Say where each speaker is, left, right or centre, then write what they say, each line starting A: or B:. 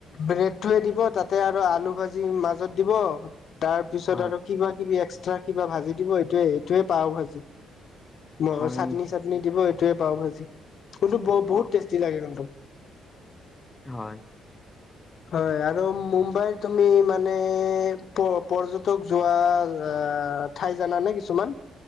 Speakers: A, on the left; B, on the left.
A: ব্ৰেডটোৱে দিব তাতে আৰু আলু ভাজি মাজত দিব, তাৰ পিছত
B: হয়
A: আৰু কিবা কিবি এক্সট্ৰা কিবা ভাজি দিব এইটোয়ে এইটোয়ে পাওভাজি। <unintelligible>
B: হয়
A: চাটনি,
B: নেকি
A: চাটনি দিব এইোৱে পাওঁভাজি, কিন্ত
B: অ
A: বহুত টেষ্টি লাগে কিন্ত।
B: হয়।
A: হয়, আৰু মুম্বাইত তুমি মানে প- পৰ্যটক যোৱা ঠাই জানা নে কিছুমান?